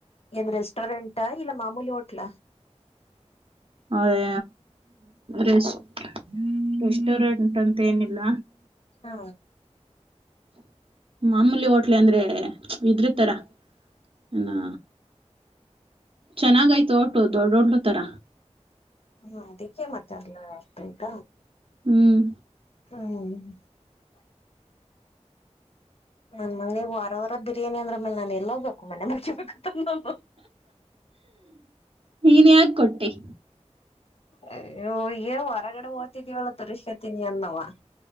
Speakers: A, on the left (about 55°); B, on the right (about 50°).
A: ಏನ್ ರೆಸ್ಟೋರೆಂಟ್ ಹಾ ಇಲ್ಲ ಮಾಮೂಲಿ ಹೋಟ್ಲ
B: ಅದೇ ರೆಸ್ಟ್ ರೆಸ್ಟೋರೆಂಟ್ ಅಂತ ಏನಿಲ್ಲ
A: ಹಾ
B: ಮಾಮೂಲಿ ಹೋಟ್ಲೆ ಅಂದ್ರೆ ಇದೃತರ ಏನೋ ಚೆನ್ನಾಗೈತು ಹೊಟ್ಲು ದೊಡ್ದ್ ಹೊಟ್ಲು ತರ
A: ಹ್ಮ ಅದಿಕ್ಕೆ ಮಾತಾರ್ಲ್ಲ ಅಷ್ಟ ಊಟ
B: ಹ್ಮ್
A: ಹ್ಮ ಹ ನನ್ ಮಗನಿಗೆ ವಾರ ವಾರ ಬಿರಿಯಾನಿ ಅಂದ್ರೆ ಅಮೇಲ್ ನಾನ್ ಎಲ್ ಹೋಗ್ಬೇಕು ಮನೆ ಮಾರ್ಕೊಂಬೇಕಾಯಿತದೆ ನಾನು
B: ನೀನು ಯಾಕೆ ಕೊಟ್ಟೆ
A: ಅಯ್ಯೋ ಏನು ಹೊರಗಡೆ ಓತಿದೀವಲ್ಲ ತರಿಸ್ಕೊತೀನಿ ಅದ್ನವ